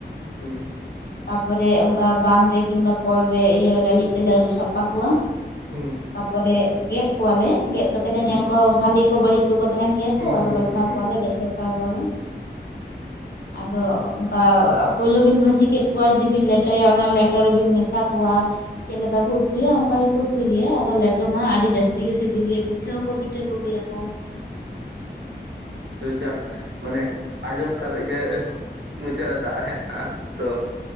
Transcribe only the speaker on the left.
ᱛᱟᱯᱚᱨᱮ ᱚᱱᱠᱟ ᱵᱟᱸᱫᱷ ᱨᱮ ᱠᱤ ᱵᱟᱝᱢᱵᱟᱠᱚᱞ ᱨᱮ ᱤᱭᱟᱹ ᱰᱟᱹᱞᱤᱡ ᱛᱮᱞᱮ ᱟᱹᱨᱩᱵ ᱥᱟᱯᱷᱟ ᱠᱚᱣᱟ
ᱛᱟᱯᱚᱨᱮ ᱜᱮᱫ ᱠᱚᱣᱟᱞᱮ ᱜᱮᱫ ᱠᱟᱛᱮ ᱞᱮ
ᱧᱮᱞ ᱠᱚᱣᱟ ᱵᱷᱟᱞᱤ ᱠᱚ ᱵᱟᱹᱲᱤᱡ ᱠᱚᱠᱚ ᱛᱟᱦᱮᱱ ᱜᱮᱭᱟ
ᱛᱚ ᱟᱫᱚ
ᱵᱟᱪᱷᱟᱣ
ᱠᱚᱣᱟᱞᱮ ᱜᱮᱫ ᱵᱟᱪ... ᱪᱟᱣ ᱠᱚᱣᱟ ᱞᱮ <inaudible> ᱟᱫᱚ ᱚᱱᱠᱟ ᱯᱳᱭᱞᱳ ᱵᱤᱱ ᱵᱷᱟᱹᱡᱤ ᱠᱮᱫ ᱠᱚᱣᱟ ᱡᱩᱫᱤ ᱵᱤᱱ ᱞᱮᱴᱚᱭᱟ ᱚᱱᱟ ᱞᱮᱴᱚ ᱨᱮᱵᱤᱱ ᱢᱮᱥᱟ ᱠᱚᱣᱟ᱾ ᱪᱮᱫ ᱞᱮᱠᱟ ᱵᱩ ᱩᱛᱩᱭᱟ ᱚᱱᱠᱟ ᱜᱮᱠᱚ ᱩᱛᱩᱭ ᱜᱮᱭᱟ ᱟᱫᱚ ᱞᱮᱴᱚ ᱢᱟ ᱟᱹᱰᱤ ᱡᱟᱹᱥᱛᱤ ᱜᱮ ᱥᱤᱵᱤᱞ ᱜᱮ ᱯᱤᱴᱷᱟᱹ ᱦᱚᱸ ᱠᱚ ᱯᱤᱴᱷᱟᱹ ᱠᱚ ᱜᱮᱭᱟ ᱠᱚ